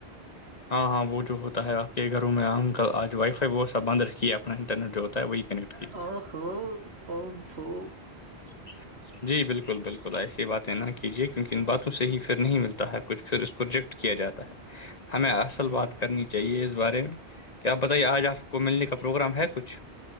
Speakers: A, on the left; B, on the right.
A: ہاں ہاں وہ جو ہوتا ہے آپ کے گھروں میں ہم آج وائی فائی وہ سب بند رکھیے اپنا انٹرنیٹ جو ہوتا ہے وہی کنیکٹ کیجیے
B: آخر ان سو <unintelligible>
A: ج <unintelligible> جی بالکل بالکل ایسی باتیں نہ کیجے کیونک ان باتوں سے ہی پھر نہیں ملتا ہے کچھ پھر اس پروجیکٹ کیا جاتا ہے ہمیں اصل
B: اوکے
A: بات کرنی چاہیے اس بارے میں کیا آپ بتائیے آج آپ کو ملنے کا پروگرام ہے کچھ